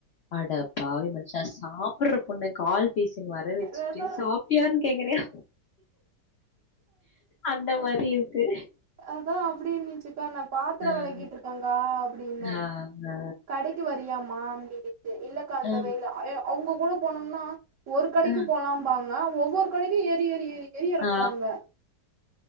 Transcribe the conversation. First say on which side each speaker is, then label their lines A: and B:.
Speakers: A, on the left; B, on the right.
A: அட பாவி மனுஷா சாப்பிற்ற பொண்ண கால் பீச வர வெச்சுட்டு
B: அததா அப்டின்னு
A: சாப்ட்டியான்னு கேக்குறியா அந் இந்த மாரி இருக்கு
B: அதா அப்டின்னுச்சுகா நா பாத்தரோ
A: ம்.
B: வெளகிட்டு இருக்கேங்கா அப்டின்னே கடைக்
A: ஆஹ.
B: கடைக்கு வரியியாமா அப்பின்னுட்டு இல்லக்கா அந்த
A: ஆ,
B: வேல அவங்க கூட போனோம்னா ஒரு கடைக்கு
A: ஆ,
B: போலாம்பாாங்க ஒவ்வொரு கடைக்கு ஏறி ஏறி ஏறி ஏறி இறக்குவாங்க
A: ஆ